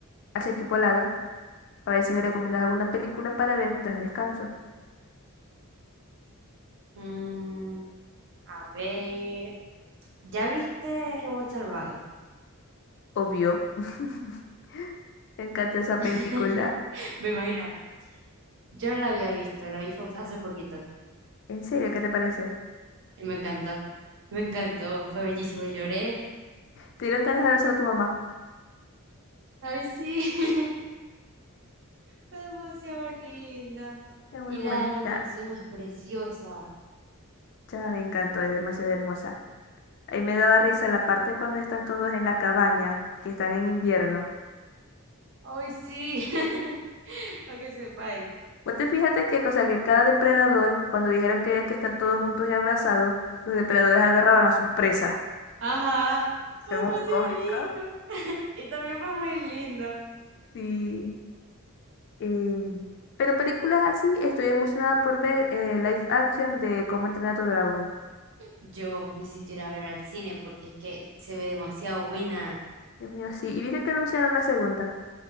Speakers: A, on the left (about 55°); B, on the right (about 55°).
A: achaquipolada, para ver si me recomiendas alguna película para ver mientras descanso.
B: Mm, a ver. ¿Ya viste Robot Salvaje?
A: Obvio. <laughs> Me encanta esa
B: <laughs>
A: película.
B: Me imagino. Yo no la había visto, la vi fue hace poquito.
A: ¿En serio? ¿Qué te pareció?
B: Y me encantó. Me encantó, fue bellísimo. Lloré.
A: ¿Te dieron ganas de abrazar a tu mamá?
B: Ay, sí. <laughs> Fue demasiado linda.
A: Es muy
B: Y
A: bonita.
B: la animación es preciosa.
A: Ya me encantó, es demasiado hermosa. Ahí me daba risa la parte cuando están todos en la cabaña, que están en invierno.
B: Ay, sí. <laughs> Para que sepáis.
A: Vos te fíjate que, o sea, que cada depredador, cuando dijeron que había que estar todos juntos y abrazados, los depredadores agarraban a sus presas.
B: Ajá, fue
A: Fue
B: demasiado
A: muy cómico.
B: lindo. Y también fue muy lindo.
A: Sí. em, pero películas así, estoy emocionada por ver eh, live action de Cómo entrenar a tu dragón.
B: Yo necesito ir a ver al cine porque es que se ve demasiado buena.
A: Dios mío, sí. ¿Y viste que anunciaron la segunda?